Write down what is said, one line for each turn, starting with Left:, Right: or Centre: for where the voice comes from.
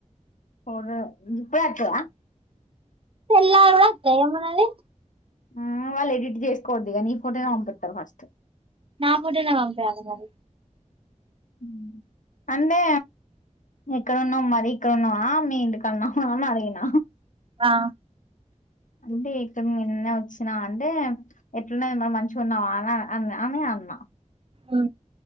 Left: గిప్పుడే వత్తద
Right: తెల్లారి గూడా వత్తాయ్ ఏమనాలి
Left: ఆ వాళ్ళు ఎడిట్ చేసుకోవద్దు ఇగ నీ ఫోటోనే పంపిత్తరు ఫస్టు
Right: నా ఫోటోనే పంపియాల మరి
Left: మ్మ్ అంటే ఇక్కడున్నాం మరి ఇక్కడ ఉన్నావా మీ ఇంటి కాన్న అ మారిగిన
Right: ఆ
Left: అంటే ఇక మినచ్చు విన అంటే ఎట్లుండది మరి మంచిగా ఉన్నావా అని అ అని అన్న
Right: ఆ